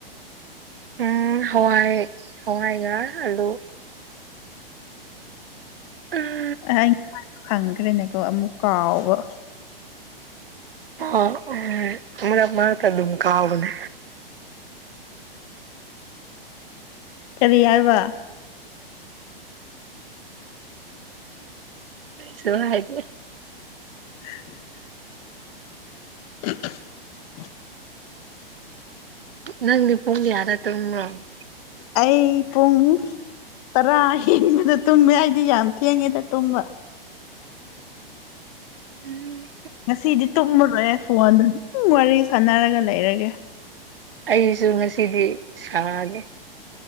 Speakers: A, on the right; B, on the left.
A: ꯎꯝ ꯍꯋꯥꯏ ꯍꯋꯥꯏꯒ ꯑꯜꯂꯨ ꯑ
B: ꯑꯩ ꯐꯪꯈ꯭ꯔꯦꯅꯦꯀꯣ ꯑꯃꯨꯛ ꯀꯥꯎꯕ
A: ꯑ ꯑꯅ ꯃꯥꯔ ꯇ ꯀꯥꯕꯅꯤ
B: ꯀꯔꯤ ꯍꯥꯏꯔꯕ
A: ꯁꯨꯝ ꯍꯥꯏꯦ
B: <inaudible> <inaudible>
A: ꯅꯪꯅꯤ ꯄꯅꯤꯡ ꯌꯥꯔ ꯇꯣꯡꯣꯡꯣ
B: ꯑꯩ ꯄꯨꯡ ꯇꯔꯥ ꯍꯦꯟꯕꯗ ꯇꯨꯝꯃꯦ ꯑꯩꯗꯤ ꯌꯥꯝ ꯊꯦꯡꯉꯦꯗ ꯇꯨꯝꯕ
A: ꯎꯟ
B: ꯉꯁꯤꯗꯤ ꯇꯨꯝꯃꯔꯣꯏꯑꯦ ꯐꯣꯟꯗ ꯑꯗꯨ ꯑꯗꯨꯝ ꯋꯥꯔꯤ ꯁꯥꯟꯅꯔꯒ ꯂꯩꯔꯒꯦ
A: ꯑꯩꯁꯨ ꯉꯁꯤꯗꯤ ꯁꯥꯔꯒꯦ